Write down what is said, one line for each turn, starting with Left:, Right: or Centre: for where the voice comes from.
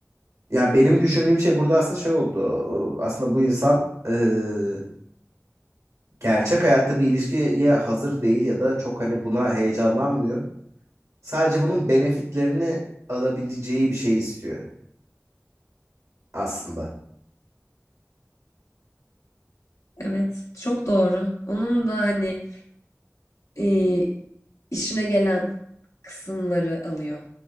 Right: Yani benim düşündüğüm şey burada aslında şey oldu. Aslında bu insan eee, gerçek hayatta bir ilişkiye hazır değil ya da çok hani buna heyecanlanmıyor. Sadece bunun benefitlerini alabileceği bir şey istiyor aslında.
Left: Evet, çok doğru. Onun da hani Eee, işine gelen kısımları alıyor.